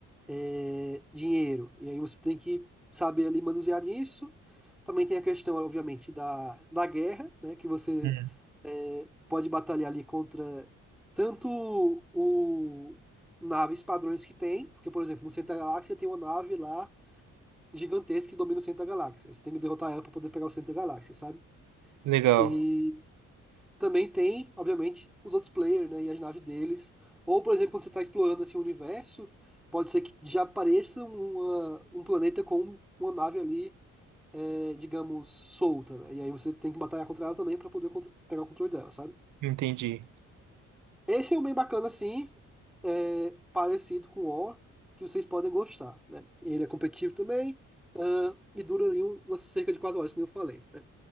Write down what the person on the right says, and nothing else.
hum.
Legal,
entendi.